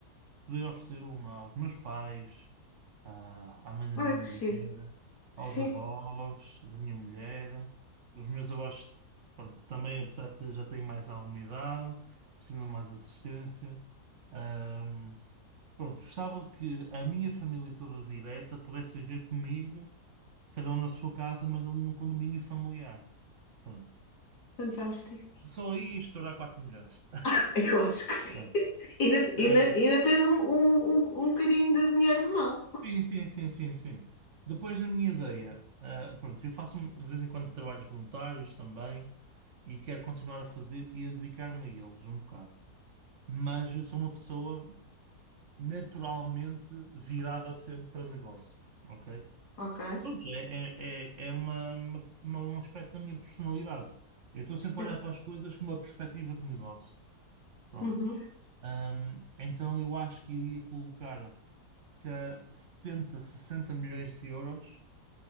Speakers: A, on the right; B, on the left.
A: poder oferecer uma aos meus pais, à, à mãe da
B: Olha
A: minha
B: que
A: mulher,
B: giro.
A: aos
B: Sim,
A: avós da minha mulher. Os meus avós, pronto, também, apesar que já têm mais alguma idade, precisam de mais assistência. Ahm, pronto, gostava que a minha família toda direta pudesse viver comigo, cada um na sua casa, mas ali num condomínio familiar. Pronto.
B: fantástico.
A: Só aí ia estourar 4 milhões.
B: <laughs> Eu acho que sim.
A: <laughs> Pronto.
B: Ainda,
A: Ah,
B: ainda, ainda tens um, um, um, um bocadinho de dinheiro de mão.
A: Sim, sim, sim, sim, sim. Depois a minha ideia, ah, pronto, eu faço um, de vez em quando trabalhos voluntários também e quero continuar a fazer e a dedicar-me a eles um bocado. Mas eu sou uma pessoa naturalmente virada sempre para negócio, ok?
B: Ok.
A: Pronto, é, é, é é uma, uma- uma- um aspecto da minha personalidade. Eu estou sempre
B: Certo.
A: a olhar para as coisas com uma perspectiva de negócio, pronto.
B: Uhum.
A: Ahm, então eu acho que iria colocar se calhar 70 60 milhões de euros